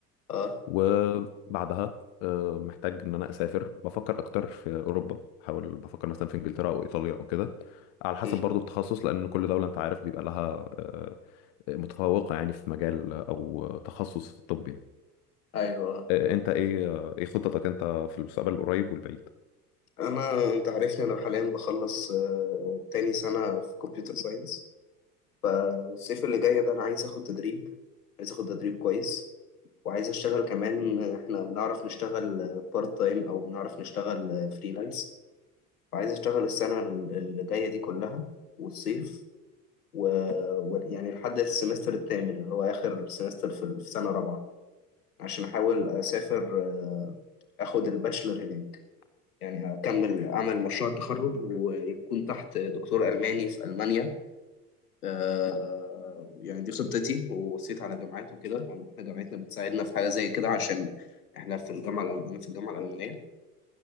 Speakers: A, on the left; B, on the left.
A: اه
B: وبعدها آه، محتاج ان انا اسافر بفكر اكتر في اوروبا بحاول بفكر مثلا في انجلترا او ايطاليا او كده على
A: اوكي
B: حسب برضو التخصص لان كل دوله انت عارف بيبقى لها آه، آه، متفوقه يعني في مجال او تخصص في الطب يعني
A: ايوه
B: آه، انت ايه آه، ايه خططك انت في المستقبل القريب والبعيد؟
A: انا انت عارفني انا حاليا بخلص آه، تاني سنة في كمبيوتر ساينس فالصيف اللي جاي ده انا عايز اخد تدريب عايز اخد تدريب كويس وعايز اشتغل كمان احنا بنعرف نشتغل بارت تايم او بنعرف نشتغل فريلانس وعايز اشتغل السنة ال- اللي جاية دي كلها والصيف و... و... يعني لحد السمستر الثامن اللي هو آخر سمستر في في سنة رابعة عشان أحاول أسافر آه، أخد الباتشلر هناك يعني أكمل أعمل مشروع التخرج ويكون تحت دكتور ألماني في ألمانيا آه، يعني دي خطتي وبصيت على جامعات وكده وأنا إحنا جامعتنا بتساعدنا في حاجة زي كده عشان إحنا في الجامعة الألمانية أنا في الجامعة الألمانية